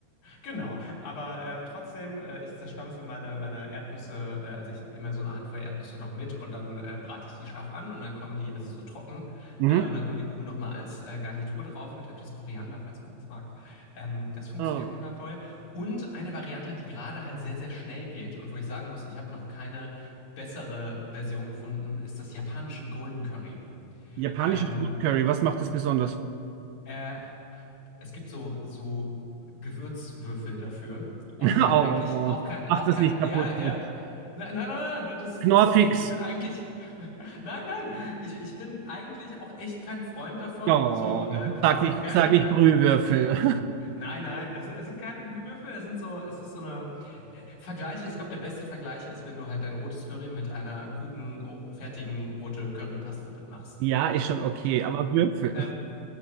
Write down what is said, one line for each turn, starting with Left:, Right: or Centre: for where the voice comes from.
Left: Genau, aber äh, trotzdem, äh, ich zerstampfe meine, meine Erdnüsse, äh, also ich immer so eine Handvoll Erdnüsse noch mit und dann äh, brate ich die scharf an und dann kommen die, also so trocken,
Right: Mhm.
Left: äh, und dann kommen die oben nochmal als äh, Garnitur drauf mit etwas Koriander, falls man das mag. Ähm, das funktioniert
Right: Oh.
Left: wundervoll. Und eine Variante, die gerade halt sehr, sehr schnell geht und wo ich sagen muss, ich habe noch keine bessere Version gefunden, ist das japanische Golden Curry.
Right: Japanisches
Left: Ähm,
Right: Grün Curry, was macht das besonders?
Left: äh, es gibt so, so Gewürzwürfel dafür. Und
Right: <laughs>
Left: ich bin
Right: Oh,
Left: eigentlich auch kein,
Right: mach
Left: auch
Right: das
Left: kein,
Right: nicht kaputt
Left: ja,
Right: jetzt.
Left: ja. Nein, nein, nein, nein, das ist,
Right: Knorrfix.
Left: das ist das Ding. Ich bin eigentlich, <laughs> nein, nein, ich, ich bin eigentlich auch echt kein Freund davon,
Right: Oh,
Left: so äh, quasi
Right: sag nicht,
Left: fertige,
Right: sag nicht Brühwürfel. <laughs>
Left: nein, nein, es, es sind keine Brühwürfel, es sind so, es ist so eine äh, Vergleiche. Ich glaube, der beste Vergleich ist, wenn du halt dein rotes Curry mit einer guten, o- fertigen rote Currypaste be- machst.
Right: Ja, ist schon okay, aber Würfel.
Left: Ähm,